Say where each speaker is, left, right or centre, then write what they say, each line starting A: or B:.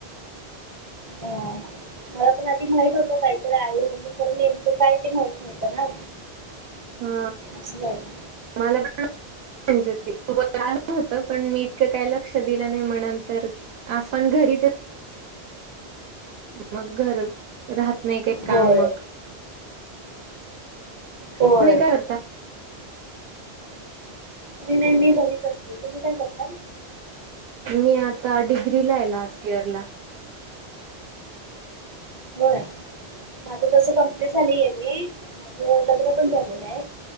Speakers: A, on the right; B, on the right.
A: हो मला पण आधी माहित होत काहीतरी आहे म्हणून तर नेमकं काय ते माहित नव्हतं ना
B: हा
A: असं झालं
B: मला पण म्हणजे ते खर आलं होत पण मी इतकं काही लक्ष दिलं नाही म्हणंत आपण घरीच मग घर राहत नाही काही काम
A: होय
B: मग
A: होय
B: तुम्ही काय करता
A: नाही मी घरीच असते तुम्ही काय करता
B: मी आता डिग्री ला आहे लास्ट इयर ला
A: हो माझं तस कमप्लीट झालं आहे मी माझ लग्न पण झालेलं आहे.